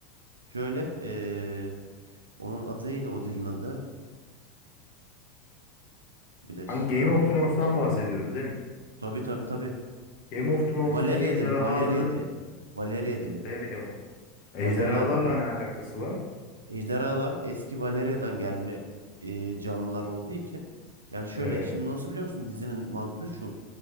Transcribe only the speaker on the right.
Şöyle, e, onun adı neydi o dilin adı? Bir dakika.
Tabii tabii tabii.
Valeria
dili, Valeria dili. Valeria dili,
Valerian dili.
Ejderhalar eski Valeria'dan gelme e, canlılar olduğu için. Yani şöyle,
şimdi nasıl biliyor musun dizinin mantığı şu.